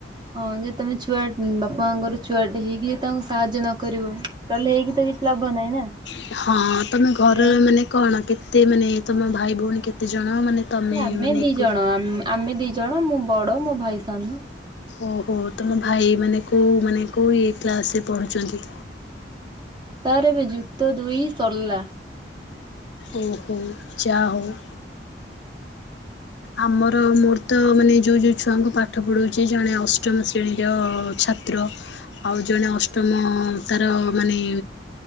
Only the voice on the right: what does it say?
ହଁ ଯଦି ତମେ ଛୁଆ ବାପାମାଆଙ୍କର ଛୁଆଟେ ହେଇକି ଯ ତାଙ୍କୁ ସାହାଯ୍ୟ ନ କରିବ ତାହେଲେ ହେଇକି ତ କିଛି ଲାଭ ନାହିଁ ନା ସେଥିପାଇଁ
ନା ଆମେ
ଦିଇ
ଜଣ ଆମ ଆମେ ଦିଇ ଜଣ ମୁଁ ବଡ ମୋ ଭାଇ ସାନ।
ତାର ଏବେ ଯୁକ୍ତ ଦୁଇ ସରଲା।